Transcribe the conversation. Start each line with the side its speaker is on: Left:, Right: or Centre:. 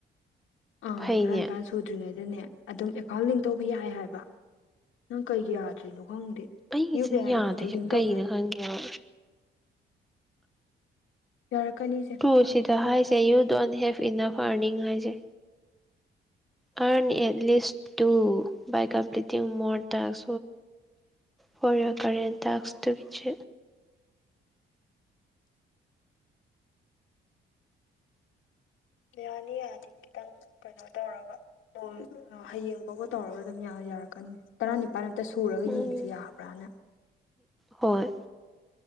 Left: ꯑ
Centre: ꯐꯩꯅꯦ
Left: ꯇꯧꯔꯄꯥꯦ ꯁꯣꯇ꯭ꯔꯤꯉꯦ ꯅꯦ ꯑꯗꯨꯝ ꯑꯦꯀꯥꯎꯟ ꯂ ꯇꯧꯕ ꯌꯥꯏ ꯍꯥꯏꯕ ꯅꯪ ꯀꯩ ꯌꯥꯗꯣꯏꯔꯤꯅꯣ ꯈꯪꯗꯦ
Centre: ꯑꯩꯒꯤꯁꯤꯅ
Left: ꯌꯨ ꯄꯤ ꯑꯥꯏ ꯑꯥꯏ
Centre: ꯌꯥꯗ꯭ꯔꯤꯁꯦ
Left: ꯗꯤꯗꯨ ꯂꯤꯡ ꯇꯧꯕꯧꯕ
Centre: ꯀꯩꯒꯤꯅꯣ
Left: ꯌꯥꯏ
Centre: ꯈꯪꯗꯦꯕ
Left: ꯌꯥꯔꯛꯀꯅꯤ ꯏꯆꯦ
Centre: ꯇꯨ ꯁꯤꯗ ꯍꯥꯏꯁꯦ U Don help in of earning ꯍꯥꯏꯁꯦ earn at least to by complete more ꯇꯠ ꯍꯔ ꯀꯔ ꯇ ꯑꯁꯕꯤꯦ
Left: ꯌꯥꯅꯤ ꯌꯥꯅꯤ ꯈꯤꯇꯪ ꯀꯩꯅꯣ ꯇꯧꯔꯒ ꯅꯣꯡ ꯍꯌꯦꯡꯐꯥꯎꯕ ꯇꯧꯔꯒ ꯑꯗꯨꯝ ꯌꯥꯏ ꯌꯥꯔꯛꯀꯅꯤ ꯇꯔꯥꯅꯤꯄꯥꯜ ꯑ ꯁꯨꯔꯒ
Centre: ꯎꯝ
Left: ꯌꯦꯡꯁꯤ ꯌꯥꯕ꯭ꯔꯥꯅ
Centre: ꯍꯣꯏ